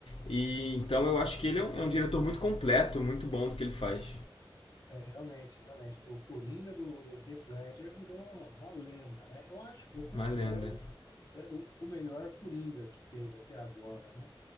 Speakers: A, on the left; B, on the left.
A: E então eu acho que ele é um, é um diretor muito completo, muito bom do que ele faz.
B: É, realmente, realmente. O Coringa do, do Heath Ledger virou uma lenda, né? Eu acho, eu considero
A: Uma lenda,
B: é, o, o melhor Coringa que teve até agora, né?